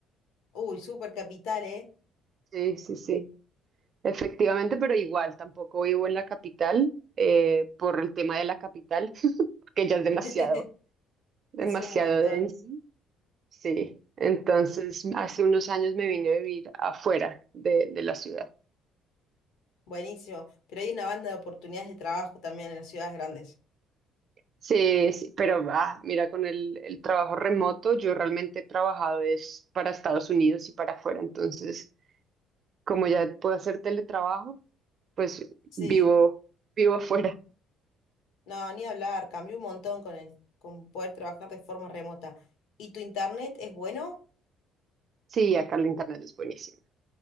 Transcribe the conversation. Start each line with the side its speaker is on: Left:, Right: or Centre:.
Left: Uy, super capital, ¿eh?
Right: Sí, sí, sí. Efectivamente, pero igual tampoco vivo en la capital eh, por el tema de la capital, <laughs> que ya es demasiado,
Left: <laughs>
Right: demasiado
Left: Es un montón.
Right: denso. Sí. Entonces, hace unos años me vine a vivir afuera de, de la ciudad.
Left: Buenísimo. Pero hay una banda de oportunidades de trabajo también en las ciudades grandes.
Right: Sí, sí, pero ah, mira, con el, el trabajo remoto, yo realmente he trabajado es para Estados Unidos y para afuera. Entonces, como ya puedo hacer teletrabajo, pues
Left: Sí,
Right: vivo, vivo afuera.
Left: no, ni hablar. Cambió un montón con el, con poder trabajar de forma remota. ¿Y tu internet es bueno?
Right: Sí, acá el internet es buenísimo.